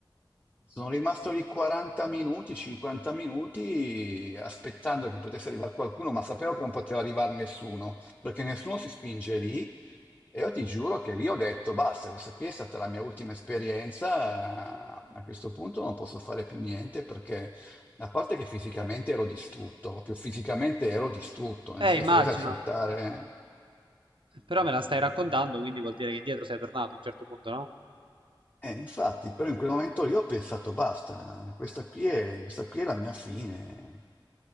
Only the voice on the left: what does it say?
Sono rimasto lì 40 minuti, 50 minuti, aspettando che potesse arrivare qualcuno, ma sapevo che non poteva arrivare nessuno, perché nessuno si spinge lì. E io ti giuro che lì ho detto, basta, questa qui è stata la mia ultima esperienza, a questo punto non posso fare più niente perché, a parte che fisicamente ero distrutto, proprio fisicamente ero distrutto, nel
senso
che sai saltare...
Eh, infatti, però in quel momento lì ho pensato basta, questa qui è, questa qui è la mia fine.